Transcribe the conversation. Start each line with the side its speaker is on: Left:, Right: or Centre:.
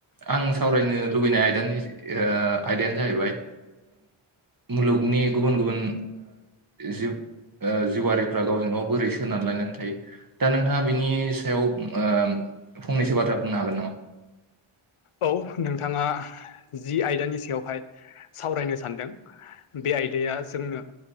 Right: आं सावरायनो लुबैनाय आयदानि आयदायानो जाहैबाय मुलुगनि गुबुन गुबुन जिब जिउवारिफ्रा गावजों गाव बोरै सोनार लायनानै थायो दा नोंथाङा बिनि सायाव फंनैसो बाथ्रा बुंनो हागोन नामा?
Left: औ नोंथाङा जि आयदानि सायावहाय सावरायनो सानदों बे आयदाया जोंनो